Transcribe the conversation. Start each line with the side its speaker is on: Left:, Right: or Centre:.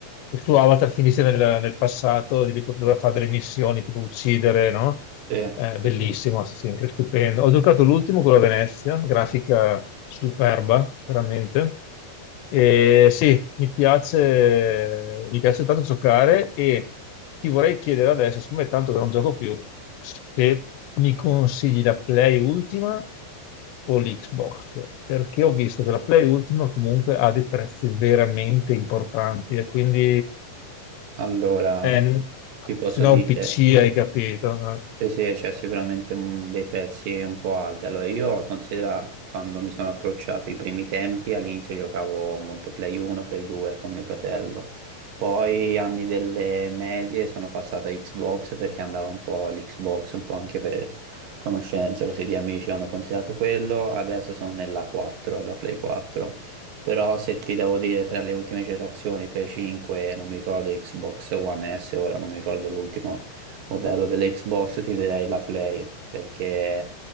Left: il suo avatar finisse nel, nel passato, e di lì pot- doveva fare delle missioni tipo uccidere, no?
Right: Sì,
Left: Eh,
Right: sì,
Left: bellissimo,
Right: sì.
Left: Assassin's Creed, stupendo. Ho giocato l'ultimo, quello a Venezia, grafica superba, veramente. E sì, mi piace, mi piace tanto giocare e ti vorrei chiedere adesso, siccome è tanto che non gioco più, se mi consigli la Play Ultima o l'Xbox, perché ho visto che la Play Ultima comunque ha dei prezzi veramente importanti e quindi
Right: Allora,
Left: eh,
Right: ti posso
Left: se no
Right: dire,
Left: un PC hai capito. eh.
Right: Sì, sì, c'è sicuramente mm, dei prezzi un po' alti. Allora, io considero quando mi sono approcciato i primi tempi, all'inizio giocavo molto Play 1, Play 2 con mio fratello. Poi anni delle medie sono passato a Xbox perché andava un po' l'Xbox, un po' anche per conoscenza, così di amici hanno considerato quello. Adesso sono nella 4, la Play 4. Però se ti devo dire tra le ultime generazioni, Play 5, non mi ricordo Xbox One S, ora non mi ricordo l'ultimo modello dell'Xbox, ti direi la Play, perché